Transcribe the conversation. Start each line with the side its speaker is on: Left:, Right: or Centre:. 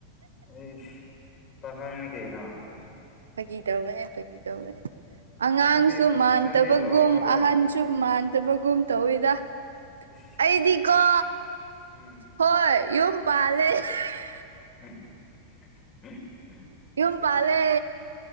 Left: ꯑꯩ ꯄꯥꯈꯪꯅꯤ ꯀꯩꯅ‍ꯣ
Right: ꯐꯥꯒꯤ ꯇꯧꯕꯅꯦ ꯐꯥꯒꯤ ꯇꯧꯕꯅꯦ ꯑꯉꯥꯡꯁꯨ
Left: ꯅꯪꯗꯤ
Right: ꯃꯥꯟꯗꯕꯒꯨꯝ
Left: ꯅꯪꯗꯤ ꯂꯨꯍꯣꯡꯈ꯭ꯔꯕꯣ
Right: ꯑꯍꯟ ꯆꯨꯝ ꯃꯥꯟꯗꯕꯒꯨꯝ ꯇꯧꯋꯤꯗ
Left: ꯏꯁ
Right: ꯑꯩꯗꯤꯀꯣ
Left: ꯎꯝ
Right: ꯍꯣꯏ ꯌꯨꯝ ꯄꯥꯂꯦ <unintelligible>
Left: <unintelligible>
Right: ꯌꯨꯝ ꯄꯥꯂꯦ